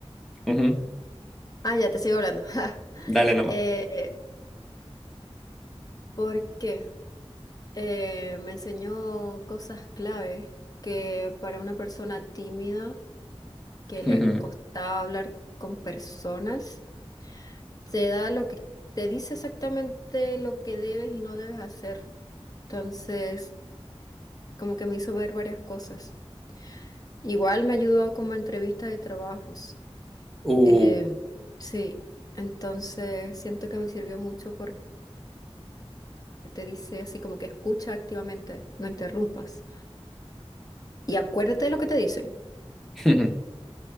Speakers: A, in the centre; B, on the left.
A: Ujú,
B: Ah, ya, te sigo hablando. <laughs>
A: Dale nomás.
B: Eh, ¿por qué? Eh, me enseñó cosas clave que para una persona tímida que le
A: Ujú.
B: costaba hablar con personas, te da lo que te dice exactamente lo que debes y no debes hacer. Entonces, como que me hizo ver varias cosas. Igual me ayudó como entrevista de trabajos.
A: Uh,
B: Eh, sí, entonces siento que me sirvió mucho porque te dice así como que escucha activamente, no interrumpas. Y acuérdate de lo que te dicen.
A: <laughs>